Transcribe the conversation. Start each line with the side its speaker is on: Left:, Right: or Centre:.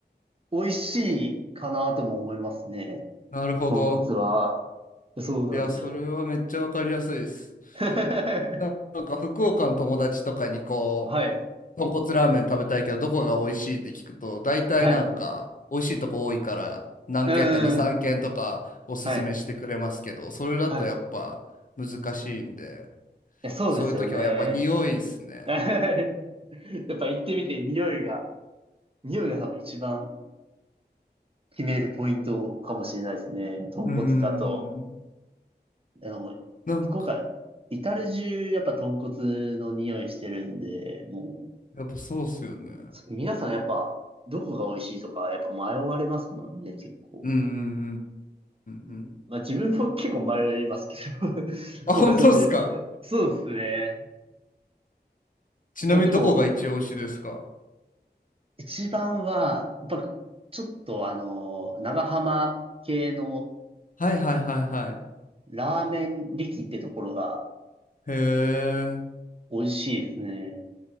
Right: 美味しいかなとも思いますね。
Left: なるほど。
Right: 豚骨は。そうなんですよ。
Left: いや、それはめっちゃわかりやすいです。
Right: <laughs> は
Left: ななんか福岡の友達とかにこ
Right: い。
Left: 豚骨ラーメン食べたいけどどこが美味しいって聞くと大体なんか美味しいとこ多いから何軒か2、
Right: はい。うんん。
Left: 3軒とかおすすめしてくれますけどそれだとやっぱ難しいんで
Right: はい。はい。いや、そうですよね。
Left: そういう時はやっぱ匂いっすね。
Right: <laughs> やっぱ行ってみて、匂いが、匂いが多分一番決めるポイントかもしれないですね。豚骨だと。
Left: うーん。
Right: あの、
Left: なんか
Right: 福岡、至る中、やっぱ豚骨の匂いしてるんで、もう、
Left: やっぱそうっすよね。
Right: そ皆さんやっぱ、どこが美味しいとか、やっぱ迷われますもんね、結構。
Left: うんうんうんうんうん
Right: うんまあ自分も結構迷いますけど、
Left: うんうん。
Right: <laughs>
Left: あ、
Right: 福岡住んで。
Left: 本当っすか
Right: そうですね。
Left: ちなみにどこが一押しですか
Right: まあでも、一番は、やっぱ、ちょっとあの、長浜系の
Left: はいはいはいはい。
Right: ラーメン力ってところが
Left: へえ。
Right: 美味しいですね。